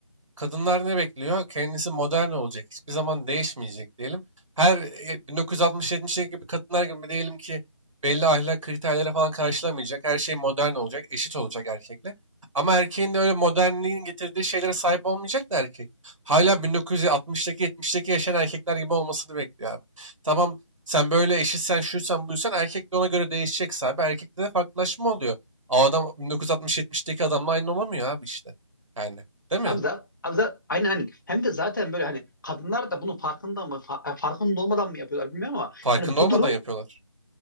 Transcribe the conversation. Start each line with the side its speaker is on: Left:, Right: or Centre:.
Right: Kadınlar ne bekliyor? Kendisi modern olacak. Hiçbir zaman değişmeyecek diyelim. Her 1960-70'deki gibi kadınlar gibi diyelim ki belli ahlak kriterleri falan karşılamayacak. Her şey modern olacak, eşit olacak erkekle. Ama erkeğin de öyle modernliğin getirdiği şeylere sahip olmayacak da erkek. Hala 1960'daki 70'deki yaşayan erkekler gibi olmasını bekliyor abi. Tamam sen böyle eşitsen şuysan buysan erkek de ona göre değişecekse abi erkekte de farklılaşma oluyor. O adam 1960-70'deki adamla aynı olamıyor abi işte. Yani değil mi?
Left: Abi za- abi za- aynen hani hem de zaten böyle hani kadınlar da bunun farkında mı fa- e, farkında olmadan mı yapıyorlar bilmiyorum ama
Right: Farkında
Left: hani bu
Right: olmadan
Left: durum
Right: yapıyorlar.